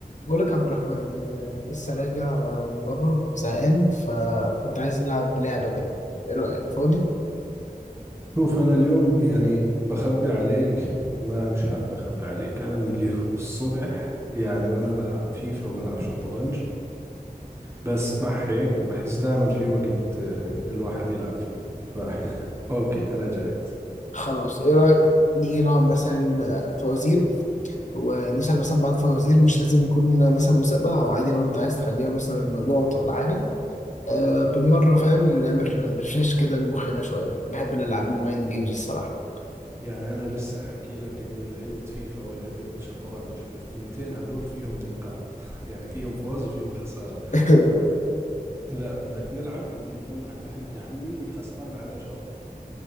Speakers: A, on the left; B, on the right.
A: بقول لك يا عبد الرحمن أنا لسه راجع من بره زهقان فكنت عايز نلعب لعبة كده ايه رأيك فاضي
B: شوف أنا اليوم يعني بخبي عليك ما مش حاب أخبي عليك أنا من اليوم <laughs> الصبح يعني وأنا بلعب فيفا وبلعب شطرنج بس مع هيك بحس دائما في وقت آه، الواحد يلعب فيه ف <laughs> أوكي أنا جاهز
A: خلاص ايه رأيك نيجي نلعب مثلا آه، فوازير ونسأل مثلا بعض الفوازير مش لازم يكون مثلا مسابقة او عادي لو انت عايز تخليها مثلا نقط ولا حاجة أه بالمرة فاهم نعمل ريفريش كده لمخنا شوية أنا بحب الألعاب المايند جيمز الصراحة
B: يعني أنا لسه حكي لك إني لعبت فيفا ولعبت شطرنج والثنتين هذول فيهم نقاط <laughs> يعني فيهم فوز وفيهم خسارة
A: <laughs>
B: ف لا بدك نلعب بده يكون على تحدي عمي والخسران عليه شرط